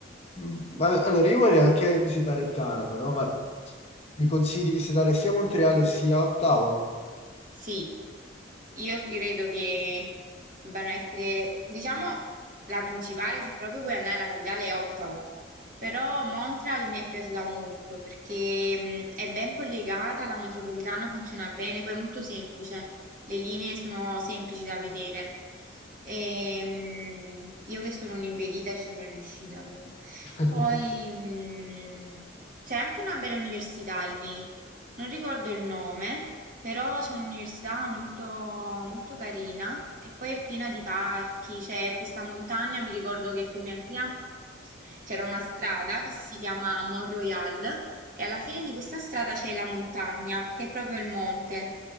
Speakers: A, on the left; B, on the right.
A: mm, ma- allora io vorrei anche visitare il Canada, no? Ma mi consigli di visitare sia Montreal sia Ottawa?
B: Sì, io credo che debbano essere, diciamo, la principale, se proprio vuoi andare alla capitale, è Ottawa. Però Montreal mi è piaciuta molto perché mh, è ben collegata, la metropolitana funziona bene, poi è molto semplice, le linee sono semplici da vedere. E, mh, io che sono un'impedita ci sono riuscita, quindi.
A: <laughs>
B: Poi mh, c'è anche una bella università lì, non ricordo il nome. Però c'è un'università molto, molto carina e poi è piena di parchi, c'è questa montagna, mi ricordo che con mia zia c'era una strada che si chiama Mont Royal e alla fine di questa strada c'è la montagna, che è proprio il monte,